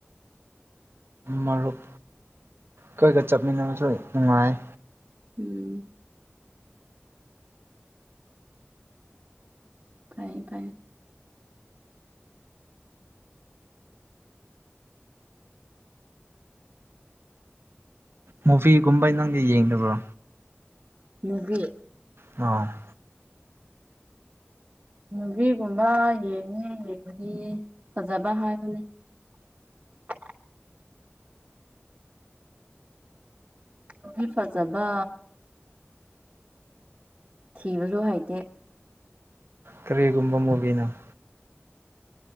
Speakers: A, on the right; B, on the right.
A: ꯃꯔꯨꯞ ꯈꯣꯏꯒ ꯆꯠꯃꯤꯟꯅꯕꯁ‌ꯦ ꯅꯨꯡꯉꯥꯏꯌ‌ꯦ
B: ꯎꯝ ꯐꯌꯦ ꯐꯌꯦ
A: ꯃꯨꯚꯤꯒꯨꯝꯕ ꯅꯪꯗꯤ ꯌꯦꯡꯗꯕ꯭ꯔꯣ
B: ꯃꯨꯚꯤ
A: ꯑ
B: ꯃꯨꯚꯤꯒꯨꯝꯕ ꯌꯦꯡꯉ‌ꯦ ꯌ‌ꯦꯡꯕꯗꯤ ꯐꯖꯕ ꯍꯥꯏꯕꯅꯦ <unintelligible> ꯃꯨꯚꯤ ꯐꯖꯕ ꯊꯤꯕꯁꯨ ꯍꯩꯇꯦ
A: ꯀꯔꯤꯒꯨꯝꯕ ꯃꯨꯕꯤꯅꫭ